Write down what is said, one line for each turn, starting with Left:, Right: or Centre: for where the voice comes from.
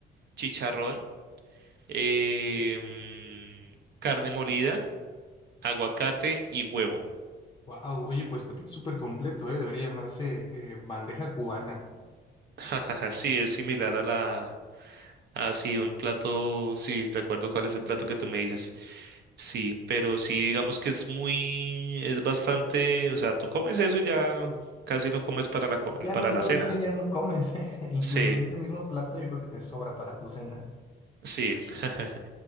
Right: chicharrón, eh, mm, carne molida, aguacate y huevo.
Left: Wow, oye, pues también súper completo, ¿eh? Debería llamarse eh, bandeja cubana.
Right: <laughs> Jajaja, Sí, es similar a la... Ah, sí, un plato... Sí, de acuerdo cuál es el plato que tú me dices. Sí, pero sí, digamos que es muy... Es bastante... O sea, tú comes eso y ya casi no comes para la, co-
Left: Ya
Right: para
Left: no en
Right: la
Left: todo
Right: cena.
Left: el día ya no comes, ¿eh? <laughs> Incluso
Right: Sí,
Left: ese mismo plato yo creo que te sobra para tu cena.
Right: sí. <laughs>